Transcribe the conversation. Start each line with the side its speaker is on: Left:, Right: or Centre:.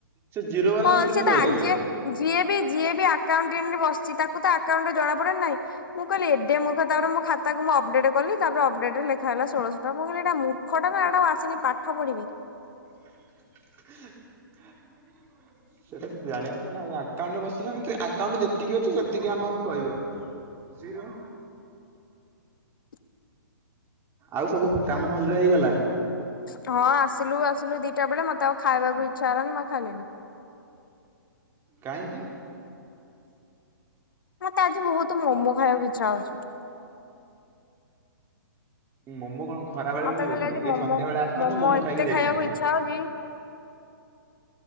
Right: ସେ ଜିରୋ ବାଲାନ୍ସ
Left: ହଁ
Right: କେମିତି
Left: ସିଏ ତ
Right: କହିଦେଲେ?
Left: ଆଜି ଯିଏ ବି ଯିଏ ବି ଆକାଉଟେଣ୍ଟ ବସିଛି ତାକୁ ତ ଆକାଉଣ୍ଟ ଟା ଜଣାପଡେ ନା ନାହିଁ। ମୁଁ କହିଲି ଏବେ ମୁଁ ମୋ ଖାତାକୁ ମୁଁ ଅପଡେଟ କଲି ତାପରେ ଅପଡେଟ ଲେଖା ହେଲା ଶୋଳ - ଟା ମୁଁ କହିଲି ଏଟା ମୂର୍ଖ ଟା ନା ଏଟା ଆସନି ପାଠ ପଢିନି।
Right: <unintelligible>
Left: <inaudible>
Right: ସେଇଟା ତ ଜାଣିବା କଥା ନା ଆକାଉଣ୍ଟରେ ବସିଲା ଆକାଉଣ୍ଟ ଯେତିକି ଅଛି ସେତିକି ଆମାଉଣ୍ଟ କହିବ। ଜିରୋ।
Left: <inaudible>
Right: ଆଉ ସବୁ କାମ ଭଲରେ ହେଇଗଲା।
Left: ହଁ ଆସିଲୁ ଆସିଲୁ ଦିଟା ବେଳେ ମୋତେ ଆଉ ଖାଇବାକୁ ଇଚ୍ଛା ହେଲାନି ମୁ ଖାଇଲିନି।
Right: କାହିଁକି?
Left: ମୋତେ ଆଜି ବହୁତ ମୋମୋ ଖାଇବାକୁ ଇଚ୍ଛା ହଉଛି।
Right: ମୋମୋ କଣ? ଖରା ବେଳେ
Left: ମତେ
Right: ମିଳିବ
Left: ଖାଲି
Right: କି
Left: ଆଜି
Right: ଏଇ
Left: ମୋମୋ
Right: ସନ୍ଧ୍ୟା ବେଳେ ଆସିଥାନ୍ତ ମୋମୋ
Left: ଏତେ
Right: ଖାଇକି ଯାଇଥାନ୍ତ।
Left: ଖାଇବାକୁ ଇଚ୍ଛା ହଉଛି